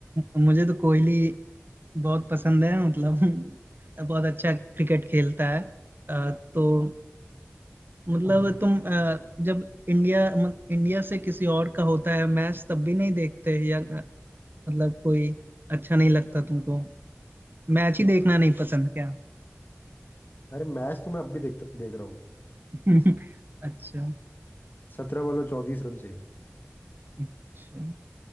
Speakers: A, on the right (about 45°); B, on the left (about 45°).
A: मुझे तो कोहली बहुत पसंद है मतलब <laughs> बहुत अच्छा क्रिकेट खेलता है अ, तो मतलब तुम अ, जब इंडिया मत- इंडिया से किसी और का होता है मैच तब भी नहीं देखते या मतलब कोई अच्छा नहीं लगता तुमको मैच ही देखना नहीं पसंद क्या
B: अरे मैच तो मैं अब भी देखता देख रहा हूँ
A: <laughs> अच्छा
B: सत्रह बॉल में चौंतीस रन चाहिए
A: अच्छा